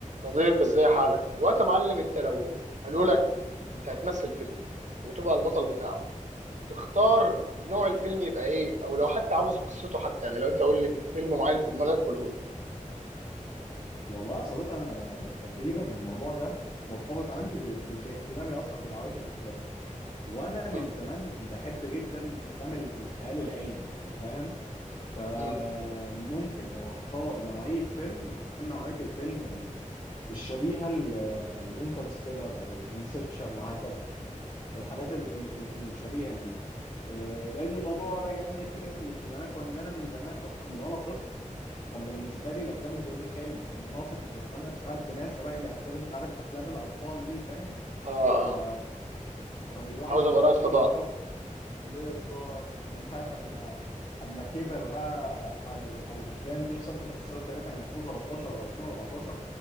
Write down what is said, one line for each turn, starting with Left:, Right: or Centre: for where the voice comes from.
Right: صديقي ازاي حالك الوقت يا معلم انت لو قالوا لك انت هتمثل فيلم وتبقى البطل بتاعه تختار نوع الفيلم يبقى ايه او لو حتى عاوز قصته حتى يعني لو انت قول لي فيلم معين في دماغك قوله لي
Left: والله يا صديقي انا تقريبا الموضوع ده مرتبط عندي ب- ب- باهتمامي اصلا بنوعيه الافلام وانا من
Right: مم.
Left: زمان بحب جدا افلام ال- الخيال العلمي يعني فاهم فممكن
Right: مم.
Left: لو هختار نوعيه فيلم هتكون نوعيه الفيلم ال- الشبيهه لانترستيلر او انسبشن وهكذا الحاجات ال- ال- ال- الشبيهه دي آه، لان الموضوع راجع يعني لفكره الاهتمامات وان انا من زمان اصلا من وانا طفل كان بالنسبه لي الافلام اللي زي دي حلم لان انا اصلا كنت بتمنى اشتغل في ناسا بقى الى اخره انت عارف احلام الاطفال دي فاهم
Right: اه اه
Left: ف فمن الواحد
Right: عاوز
Left: من
Right: ابقى
Left: وهو
Right: رائد فضاء
Left: طفل بقى بالظبط فمن ساعه اما اما كبر بقى على ال... على الافلام دي وصل انترستيلر تقريبا كان 2013 او 2014